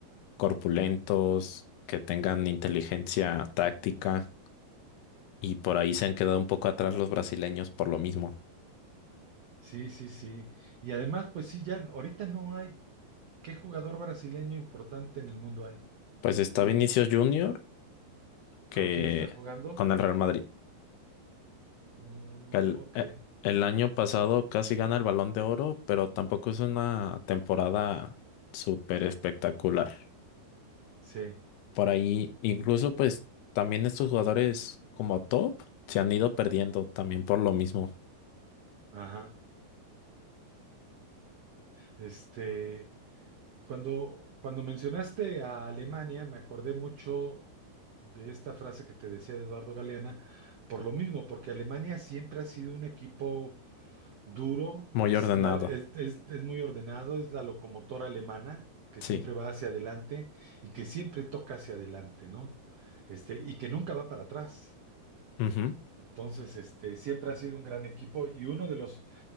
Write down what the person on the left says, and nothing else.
corpulentos, que tengan inteligencia táctica y por ahí se han quedado un poco atrás los brasileños por lo mismo.
Pues está
Vinicius Junior que
con el Real Madrid.
El,
eh, el año pasado casi gana el Balón de Oro, pero tampoco es una temporada súper espectacular.
por ahí, incluso pues también estos jugadores como top se han ido perdiendo también por lo mismo,
muy
ordenado,
sí,
ujú,